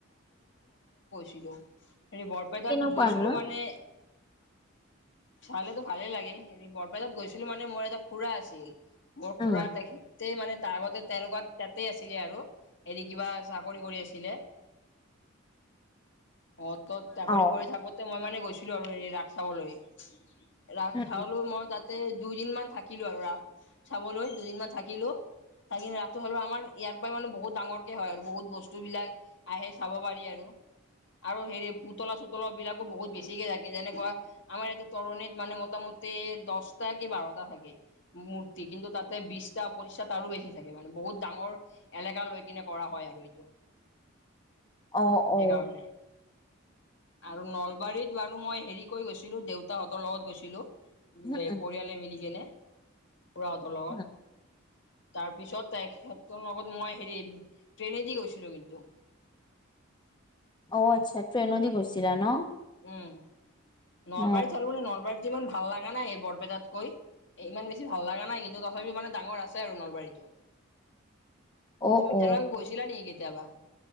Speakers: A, on the left; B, on the left.
A: হেল্ল' হেৰি বৰপেটাত
B: কেনেকুৱানো?
A: গৈছিলোঁ মানে, চালেতো ভালে লাগে হেৰি বৰপ মই তাত গৈছিলোঁ মানে মোৰ এটা খুৰা আছিল। মোৰ
B: উম
A: খুৰা তেখেত তাতে মানে তাৰ আগতে তেনেকুৱা তাতে আছিলে আৰু, হেৰি কিবা চাকৰি কৰি আছিল দিলে। অত তত চাকৰি
B: অ
A: কৰি থাকোতে মই মানে গৈছিলোঁ আৰু হেৰি ৰাস চাবলৈ। ৰাস
B: উম
A: চালো
B: উম
A: মই তাতে দুইদিনমান থাকিলোঁ আৰু ৰাস চাবলৈ, দুদিনমান থাকিলোঁ। চাই কিনে ৰাতি হ'লে আমাৰ ইয়াৰ পৰাই মানে বহুত ডাঙৰ কে হয় আৰু বহুত বস্তু বস্তুবিলাক আহে চাব পাৰি আৰু আৰু হেৰি পুতলা-চুতলাবিলাকো বহুত বেছিকে থাকে যেনেকুৱা আমাৰ ইয়াতে তৰণিত মানে মোটামুটি তাতে দছটা কি বাৰটা থাকে মূৰ্তি কিন্তু তাতে বিশটা পঁচিশটা আৰু বেছি থাকে মানে বহুত ডাঙৰ এলেকা লৈ কিনে কৰা হয় আৰু এইটো
B: অ-অ।
A: সেইকাৰণে আৰু নলবাৰীত বাৰু মই হেৰি কৈ গৈছিলো। দেউতাহঁতৰ লগত গৈছিলো।
B: উম উম
A: পৰিয়ালে মিলি কেনে। খুৰাহঁতৰ লগত।
B: উম
A: তাৰ পিছত তেখেতৰ লগত মই হেৰি ট্ৰেনেদি গৈছিলো কিন্তু। য।
B: অ আচ্ছা ট্ৰেইনদি গৈছিলা ন?
A: উম। নলবাৰীত
B: অ
A: চালো মানে নলবাৰীত যিমান ভাল লাগে নাই এই বৰপেটাতকৈ। ইমান বেছি ভাল লাগা নাই কিন্তু তথাপিও মানে ডাঙৰ আছে আৰু নলবাৰীতো।
B: অ
A: তুমি
B: অ
A: তেনেহলে গৈছিলা নেকি কেতিয়াবা?